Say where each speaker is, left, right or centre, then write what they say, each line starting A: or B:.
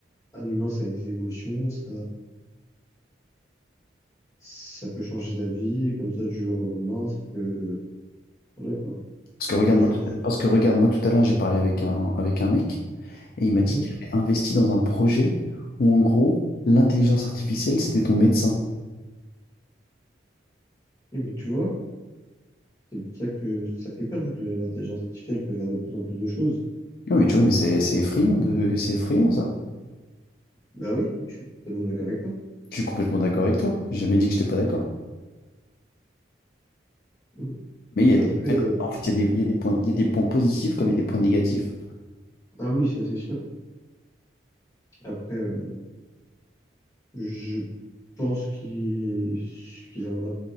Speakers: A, on the left; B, on the left.
A: un humain, ça a des émotions, ça, ça peut changer d'avis, comme ça, du jour au lendemain, ça peut, voilà quoi.
B: Parce que regarde-moi,
A: Et je-
B: tout- parce que regarde-moi tout à l'heure, j'ai parlé avec un, avec un mec et il m'a
A: Mhm.
B: dit qu'il avait investi dans un projet où en gros, l'intelligence artificielle, c'était ton médecin.
A: Et mais tu vois, c'est pour ça que ça fait peur, vu que l'intelligence artificielle peut faire de plus en plus de choses.
B: Non mais tu vois, mais c'est c'est effrayant de, c'est effrayant ça.
A: Bah oui, je suis totalement d'accord avec toi.
B: Je suis complètement d'accord avec toi. J'ai jamais dit que j'étais pas d'accord.
A: Mhm.
B: Mais il
A: Mais
B: y a des,
A: après,
B: en
A: euh,
B: fait, il y a des, il y a des points, il y a des points positifs comme il y a des points négatifs.
A: ah oui, ça c'est sûr. Après, euh, je pense qu'il y aura,